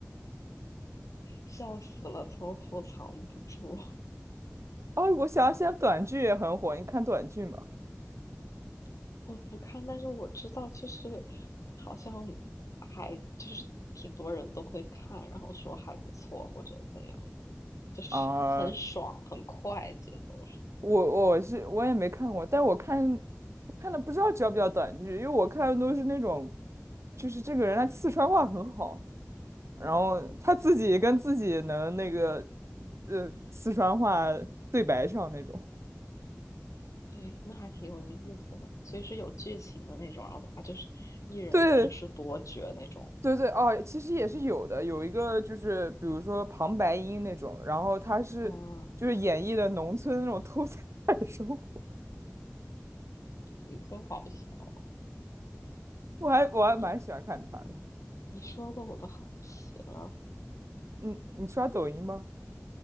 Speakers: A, on the left; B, on the right.
A: 笑死了，偷偷藏不住。
B: 哦，我想现在短剧也很火，你看短剧吗？
A: <laughs> 我不看，但是我知道，就是好像还就是挺多人都会看，然后说还不错或者怎样的，就是
B: 啊、
A: <laughs> 很爽很快节奏是吗？
B: 我我是我也没看过，但我看我看的不知道叫不叫短剧，因为我看的都是那种，就是这个人他四川话很好。然后他自己跟自己能那个，呃，四川话对白上那种。
A: 哎，那还挺有意思的，所以是有剧情的那种，然后他就是一人分饰多角那种。
B: 对对对，哦，其实也是有的，有一个就是比如说旁白音那种，然后他是就是演绎的农村那种偷菜的生活，
A: 啊，你真好笑！
B: <laughs> 我还我还蛮喜欢看他的。
A: 你你说的我都好奇了。
B: 嗯，你刷抖音吗？